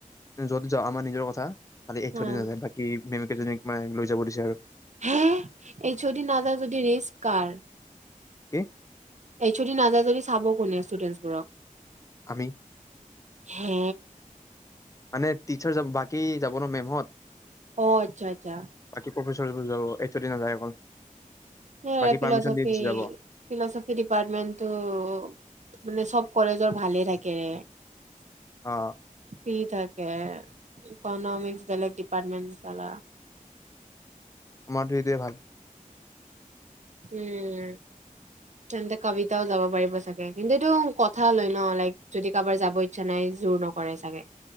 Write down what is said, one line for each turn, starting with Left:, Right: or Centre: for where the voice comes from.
Left: যদি যাও আমাৰ নিজৰ কথা। খালি এই চ
Right: অ
Left: দি নাযায় বাকী মেমকেইজনীক মানে লৈ যাব দিছে আৰু।
Right: হে এইচ অ ডি নাযায় যদি ৰিক্স কাৰ,
Left: কি
Right: এইচ অ ডি নাযায় যদি চাব কোনে ষ্টুডেন্টছবোৰক
Left: আমি
Right: হে
Left: মানে টিচাৰ যাব বাকী যাব ন মেমহত।
Right: অ আচ্ছা আচ্ছা
Left: বাকী যাব এইচ অ ডি নাযায় অকল।
Right: স
Left: বাকী
Right: ফিলচফি
Left: পাৰ্মিশন দি গুচি যাব
Right: ফিলচফি ডিপাৰ্টমেণ্টটো মানে চব কলেজৰ ভালে থাকেৰে সি
Left: অ
Right: থাকে ইকনমিক্স বেলেগ ডিপাৰটমেণ্ট চালা
Left: আমাৰতো এইটোৱে ভাল
Right: উম তেন্তে কবিতাও যাব পাৰিব চাগে, কিন্তু এইটো কথা লয় ন লাইক যদি কাৰোবাৰ যাব ইচ্ছা নাই জোৰ নকৰে চাগে